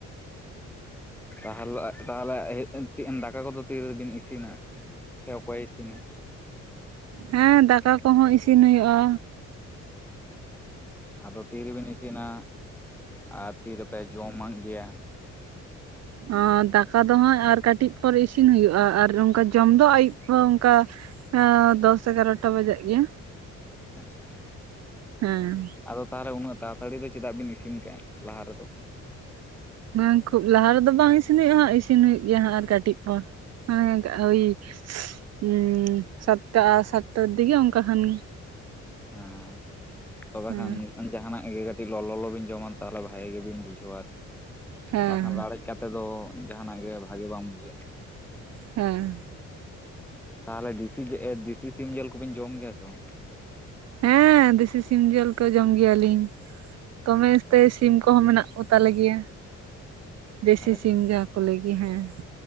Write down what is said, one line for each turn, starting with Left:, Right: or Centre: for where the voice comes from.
Centre: ᱛᱟᱦᱚᱞᱮ, ᱛᱟᱦᱚᱞᱮ <inaudible> ᱫᱟᱠᱟ ᱠᱚᱫᱚ ᱛᱤᱨᱮᱵᱤᱱ ᱤᱥᱤᱱᱟ, ᱥᱮ ᱚᱠᱚᱭᱼᱮ ᱤᱥᱤᱱᱟ?
Right: ᱦᱮᱸ, ᱫᱟᱠᱟ ᱠᱚᱦᱚᱸ ᱤᱥᱤᱱ ᱦᱩᱭᱩᱜᱼᱟ᱾
Centre: ᱟᱫᱚ ᱛᱤᱨᱮᱵᱮᱱ ᱤᱥᱤᱱᱟ? ᱟᱨ ᱛᱤᱨᱮᱯᱮ ᱡᱚᱢᱟᱜ ᱜᱮᱭᱟ
Right: ᱚᱸ, ᱫᱟᱠᱟ ᱫᱚ ᱦᱟᱸᱜ ᱟᱨ ᱠᱟᱹᱴᱤᱡ ᱯᱚᱨ ᱤᱥᱤᱱ ᱦᱩᱭᱩᱜᱼᱟ, ᱟᱨ ᱚᱝᱠᱟ ᱡᱚᱢ ᱫᱚ ᱟᱹᱭᱩᱵ ᱚᱱᱠᱟᱼᱼ ᱟᱺ ᱫᱚᱥ ᱮᱜᱟᱨᱚᱴᱟ ᱵᱟᱡᱟᱜ ᱜᱮᱭᱟ᱾
Centre: ᱟᱪᱷᱟ᱾
Right: ᱦᱮᱸ
Centre: ᱟᱫᱚ ᱛᱟᱦᱚᱞᱮ ᱩᱱᱟᱹᱜ ᱛᱟᱲᱟᱛᱟᱲᱤ ᱫᱚ ᱪᱮᱫᱟᱜ ᱵᱤᱱ ᱤᱥᱤᱱ ᱠᱟᱜᱼᱟ, ᱞᱟᱦᱟ ᱨᱮᱫᱚ?
Right: ᱵᱟᱝ ᱠᱷᱩᱵ ᱞᱟᱦᱟ ᱨᱮᱫᱚ ᱵᱟᱝ ᱤᱥᱤᱱ ᱦᱩᱭᱩᱜᱼᱟ ᱦᱟᱸᱜ ᱤᱥᱤᱱ ᱦᱩᱭᱩᱜ ᱜᱮᱭᱟ ᱦᱟᱸᱜ ᱟᱨ ᱠᱟᱹᱴᱤᱡ ᱯᱚᱨ᱾ <unintelligible> ᱩᱭ ᱩᱸ ᱥᱟᱛᱴᱟ, ᱥᱟᱛᱴᱟᱨ ᱫᱤᱜᱮ ᱚᱱᱠᱟ ᱠᱷᱟᱱ᱾
Centre: ᱮᱸ ᱛᱚᱵᱮ
Right: ᱦᱮᱸ
Centre: ᱠᱷᱟᱱ ᱡᱟᱦᱟᱱᱟᱜ ᱜᱮ ᱠᱟᱹᱴᱤᱡ ᱞᱚᱞᱚ ᱞᱚᱞᱚ ᱵᱤᱱ ᱡᱚᱢᱟ ᱛᱟᱦᱚᱞᱮ ᱵᱷᱟᱜᱮ ᱜᱮᱵᱤᱱ ᱵᱩᱡᱷᱟᱹᱣᱟ ᱟᱨᱠᱤ,
Right: ᱦᱮᱸ
Centre: ᱵᱟᱠᱷᱟᱱ ᱞᱟᱲᱮᱡ ᱠᱟᱛᱮ ᱫᱚ ᱡᱟᱦᱟᱱᱟᱜ ᱜᱮ ᱵᱷᱟᱜᱮ ᱵᱟᱝ ᱵᱩᱡᱷᱟᱹᱜᱼᱟ᱾
Right: ᱦᱮᱸ᱾
Centre: ᱛᱟᱦᱚᱞᱮ ᱫᱤᱥᱤ ᱮ ᱫᱤᱥᱤ ᱥᱤᱢ ᱡᱮᱞ ᱠᱚᱵᱤᱱ ᱡᱚᱢ ᱜᱮᱭᱟ ᱛᱚ?
Right: ᱦᱮᱸ ᱫᱤᱥᱤ ᱥᱤᱢ ᱡᱮᱞ ᱠᱚ ᱡᱚᱢ ᱜᱮᱭᱟᱞᱤᱧ᱾ ᱫᱚᱢᱮ ᱩᱥᱛᱟᱹᱭ
Centre: ᱚ
Right: ᱥᱤᱢ ᱠᱚᱦᱚᱸ ᱢᱮᱱᱟᱜ ᱠᱚ ᱛᱟᱞᱮ ᱜᱮᱭᱟ᱾ ᱫᱮᱥᱤ
Centre: ᱛᱟᱦᱚᱞᱮ ᱟᱹᱰᱤ
Right: ᱥᱤᱢ ᱡᱟᱦᱟᱸ ᱠᱚ ᱞᱟᱹᱭ ᱜᱮᱭᱟ ᱦᱮᱸ᱾